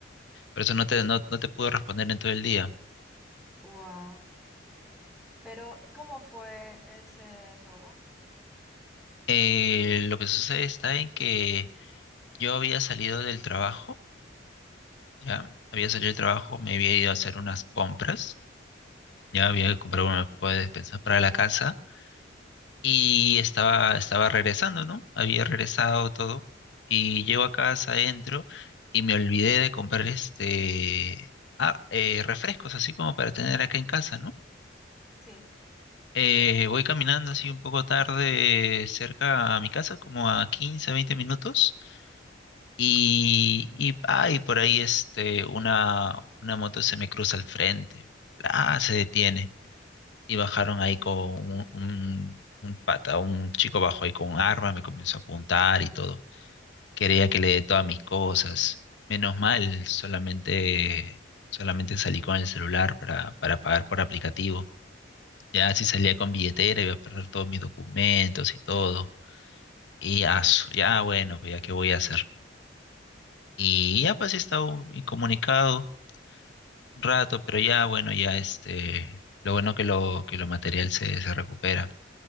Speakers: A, on the left; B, in the centre.
A: por eso no te, no, no te puedo responder en todo el día.
B: Wow. Pero, ¿cómo fue ese robo?
A: Eh, lo que sucede está en que yo había salido del trabajo, ya había salido del trabajo, me había ido a hacer unas compras Ya había comprado una poco de despensas para la casa y estaba, estaba regresando, ¿no? Había regresado todo y llego a casa, entro y me olvidé de comprar este, ah, eh, refrescos, así como para tener acá en casa, ¿no?
B: Sí.
A: Eh, voy caminando así un poco tarde cerca a mi casa, como a 15 20 minutos y, y, ah, y por ahí este, una, una moto se me cruza al frente, ah, se detiene. y bajaron ahí con un, un, un pata, un chico bajo ahí con un arma, me comenzó a apuntar y todo. Quería que le dé todas mis cosas. Menos mal, solamente, solamente salí con el celular para, para pagar por aplicativo. Ya si salía con billetera iba a perder todos mis documentos y todo. Y ya, ya bueno, pues ya qué voy a hacer. Y ya pues he estado incomunicado un rato, pero ya bueno, ya este, lo bueno que lo, que lo material se, se recupera.